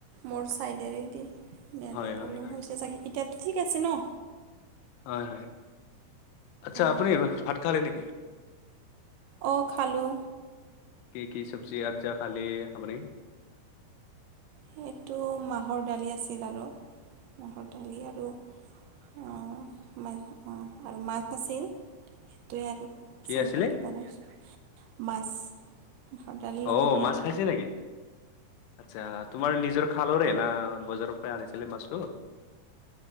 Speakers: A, on the right; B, on the left.
A: মোৰ ছাইডেৰে দি নেটৰ
B: হয়
A: প্ৰব্লেম
B: হয় হয়
A: হৈছে চাগে এতিয়াতো ঠিক আছে ন।
B: হয় হয় আচ্ছা
A: অঁ
B: আপুনি ভাত খালে নেকি
A: অ' খালো
B: কি কি চব্জি আঞ্জা খালে আপুনি
A: সেইটো মাহৰ দালি আছিল আৰু মাহৰ দালি আৰু আৰু মাছ আছিল সেইটোৱে আৰু
B: কি
A: চিম্পিল
B: আছিলে
A: বনাইছোঁ মাছ মাহৰ দালিৰ লগত
B: অ মাছ খাইছে নেকি আচ্ছা তোমাৰ নিজৰ খালৰে না বজাৰৰ পৰা আনিছিলে মাছটো